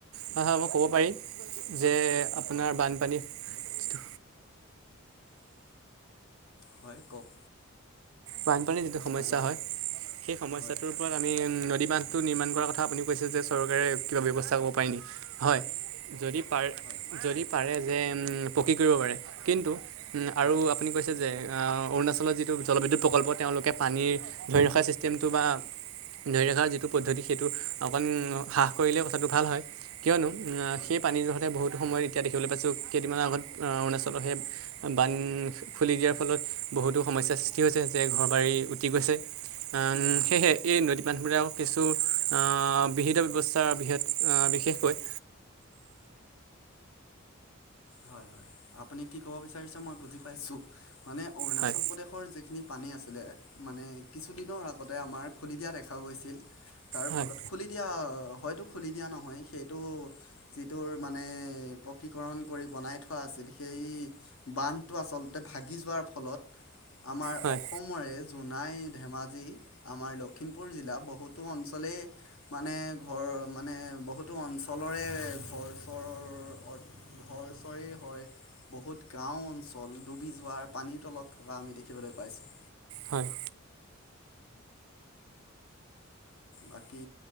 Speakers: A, on the right; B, on the left.
A: হয় হয় মই ক'ব পাৰিম যে আপোনাৰ
B: হয়
A: বানপানী। যিটো
B: হয় কওক।
A: বানপানীৰ যিটো সমস্যা
B: হেল্ল'
A: হয়। সেই সমস্যাটোৰ
B: হয়
A: ওপৰত আমি নদী। বান্ধ টো নিৰ্মাণ কৰা কথা আপুনি কৈছে যে, চৰকাৰে কিবা ব্যৱস্থা পাৰে নেকি? হয় যদি। পাৰ
B: হয়
A: যদি পাৰে যে পকী কৰিব পাৰে, কিন্তু। উম আৰু
B: হয়
A: আপুনি কৈছে যে আহ অৰুণাচলৰ যিটো জলবিদ্যুৎ। প্ৰকল্প তেওঁলোকে পানীৰ ধৰি ৰখা চিষ্টেমটো বা। ধৰি ৰখা যিটো পদ্ধতি সেইটো অকণ হ্ৰাস কৰিলে কথাটো ভাল হয়। কিয়নো
B: হয়
A: সেই পানীযোৰহতে বহুত। সময়ত এতিয়া দেখিবলৈ পাইছোঁ। কেইদিনমানৰ আগত অৰুণাচলৰ সেই বান্ধ খুলি দিয়াৰ ফলত। বহুতো সমস্যাৰ সৃষ্টি হৈছে যে, ঘৰ বাৰী উটি গৈছে। আন
B: হয়
A: সেয়েহে
B: হয়
A: এই নদী বান্ধবোৰে আও। কিছু অ বিহিত ব্যৱস্থাৰ বৃহৎ বিশেষকৈ।
B: হয় হয়। আপুনি কি ক'ব বিচাৰিছে মই বুজি পাইছো। মানে অৰুণাচল
A: হয়
B: প্ৰদেশৰ যিখিনি। পানী আছিলে মানে কিছুদিনৰ আগতে আমাৰ খুলি দিয়া দেখাও গৈছিল। তাৰ
A: হয়
B: ফলত খুলি দিয়া হয়তো খুলি দিয়া নহয়, সেইটো যিটোৰ মানে। পকীকৰণ। কৰি বনাই থোৱা আছিল। সেই বান্ধটো আচলতে ভাগি যোৱাৰ ফলত। আমাৰ
A: হয়
B: অসমৰে। জোনাই, ধেমাজি আমাৰ লখিমপুৰ জিলা বহুতো অঞ্চলেই মানে ঘৰ। মানে বহুতো অঞ্চলৰে ঘৰ চৰ অৰ। ঘৰ চৰেই হয়। বহুত গাঁও অঞ্চল ডুবি যোৱাৰ পানীৰ তলত থকা আমি দেখিবলৈ পাইছোঁ।
A: হয়।
B: বাকী